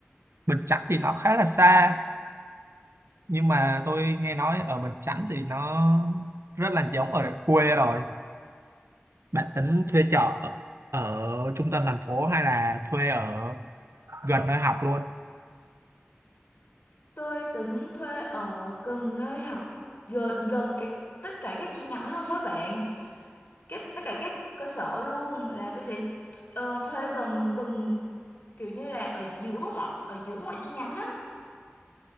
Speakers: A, on the right; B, on the left.
A: Bình Chánh thì nó khá là xa nhưng mà tôi nghe nói ở Bình Chánh thì nó rất là giống ở quê rồi bạn tính thuê trọ ở, ở trung tâm thành phố hay là thuê ở gần nơi học luôn
B: tôi tính thuê ở gần nơi học gần gần các tất cả các chi nhánh luôn á bạn các tất cả các cơ sở luôn là tôi sẽ ờ, thuê gần gần kiểu như là ở giữa mọi ở giữa mọi chi nhánh á